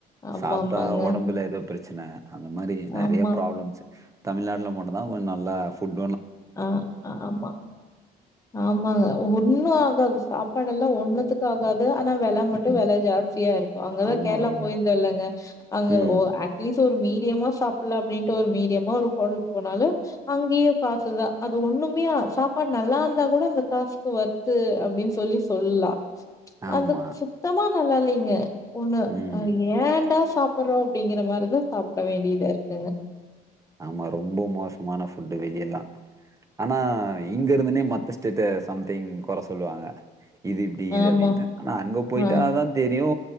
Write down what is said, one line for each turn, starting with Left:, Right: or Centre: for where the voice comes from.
Left: ஆமாமாங்க.
Right: சாப்ட்டா ஒடம்புல ஏதோ பிரச் ச்சன அந்த மாரி நறைய
Left: ஆமா.
Right: ப்ராப்ளம்சு தமிழ்நாடுல மட்டு தா கொஞ்ச நல்லா ஃபுட்
Left: ஆ ஆமா ஆமாங்க ஒன்னு ஆகாது சாப்பாடுல்லா ஒண்ணுதுகு ஆகாது கு ஆனா வெல மட்டும்
Right: ம்.
Left: வெல ஜாஸ்தியா இருக்கு அங்கதா
Right: ஆமா
Left: கேரளா
Right: ரொம்ப.
Left: போயிருந்தலங்க அங்க
Right: ம்.
Left: அட்லீ்ஸ் ஒரு மீன் மீடியமா சாப்ல அப்டின்ட்டு ஒரு மீடியமா ஒரு ஹோட்டல்க் போனாலு அங்கேயு காசு ல்ல அது ஒண்ணுமையா சாப்பாடு நல்லா இருந்தா கூட அந்த காசுக்கு வர்த்து அப்டின்னு சொல்லி சொல்லா
Right: ஆமா.
Left: அந்த சுத்தமா நல்லா இல்லைங்க ஒண்ணு
Right: ம்.
Left: அ ஏண்டா சாப்பட்றோ அப்டிங்கிற மாரிதா சாப்ட வேண்டியதா இருக்குங்க.
Right: ஆமா ரொம்ப மோசமான ஃபுட்டு் வெளிய எல்லா. ஆனா இங்க இருந்துனே மத்த ஸ்டேட்டு சம்திங் கொற சொல்லுவாங்க. இது இப்டி இது
Left: ஆமா.
Right: அப்டின்னு ஆனா அங்க போய்ட்டாதா
Left: ஆ.
Right: தெரியு